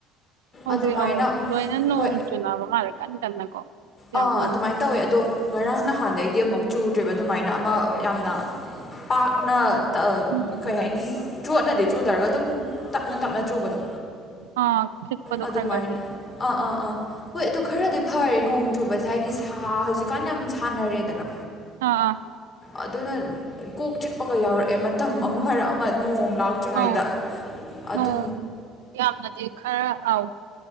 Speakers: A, on the right; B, on the left.
A: ꯍꯧꯖꯤꯛ
B: ꯑꯗꯨꯃꯥꯏꯅ
A: ꯑꯧ
B: ꯑꯃꯨꯛ-
A: ꯂꯣꯏꯅ ꯅꯣꯡ
B: ꯍꯣꯏ
A: ꯆꯨꯅꯕ ꯃꯥꯜꯂꯦ ꯀꯟ ꯀꯟꯅꯀꯣ ꯌꯥꯝ
B: ꯑꯥ
A: ꯎꯏ
B: ꯑꯗꯨꯃꯥꯏꯅ ꯇꯧꯋꯦ ꯑꯗꯣ ꯉꯔꯥꯡ ꯅꯍꯥꯟꯗꯩꯩꯗꯤ ꯑꯃꯨꯛ ꯆꯨꯗ꯭ꯔꯦꯕ ꯑꯗꯨꯃꯥꯏꯅ ꯑꯃ ꯌꯥꯝꯅ ꯄꯥꯛꯅ
A: ꯎꯝ
B: ꯀꯩ
A: ꯎꯝ
B: ꯍꯥꯏꯅꯤ ꯆꯣꯠꯅꯗꯤ ꯆꯨꯗ꯭ꯔꯒ ꯑꯗꯨꯝ ꯇꯞꯅ ꯇꯞꯅ ꯆꯨꯕꯗꯣ
A: ꯑꯥ ꯈꯤꯛꯄꯗꯣ
B: ꯑꯗꯨꯃꯥꯏꯅ
A: ꯈꯔ ꯈꯔꯗꯤ
B: ꯑꯥ ꯑꯥ ꯑꯥ ꯍꯣꯏ ꯑꯗꯨ ꯈꯔꯗꯤ ꯐꯔꯦ ꯅꯣꯡꯗꯤ ꯆꯨꯕꯁꯦ ꯍꯥꯏꯗꯤ ꯁꯥ ꯍꯧꯖꯤꯛꯀꯥꯟ ꯌꯥꯝ ꯁꯥꯟꯅꯔꯦꯗꯅ
A: ꯑꯥ ꯑꯥ
B: ꯑꯗꯨꯅ ꯀꯣꯛ ꯆꯤꯛꯄꯒ ꯌꯥꯎꯔꯛꯑꯦ ꯃꯇꯝ ꯑꯃ ꯃꯔꯛ ꯑꯃ ꯅꯣꯡ ꯂꯥꯛꯇ꯭ꯔꯤꯉꯩꯗ
A: ꯑꯧ
B: ꯑꯗꯨ
A: ꯑꯣ ꯌꯥꯝꯅꯗꯤ ꯈꯔ ꯑꯧ